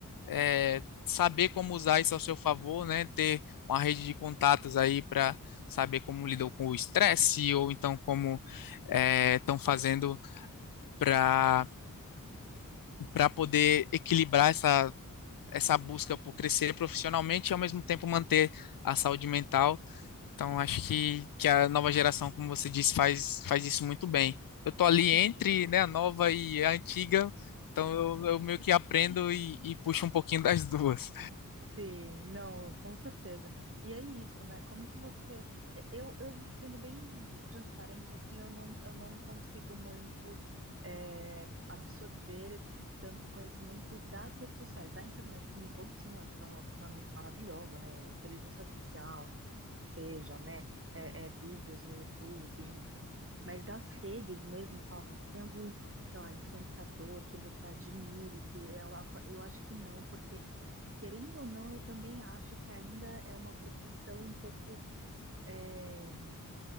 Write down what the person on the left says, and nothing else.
é, saber como usar isso ao seu favor, né? Ter uma rede de contatos aí para saber como lidam com o estresse ou então como estão fazendo para para poder equilibrar essa essa busca por crescer profissionalmente e ao mesmo tempo manter a saúde mental então,
acho que, que a nova geração, como você disse, faz, faz isso muito bem. Eu tô ali
entre, né, a nova e a antiga, então eu, eu meio que aprendo e, e puxo um pouquinho das <laughs> duas.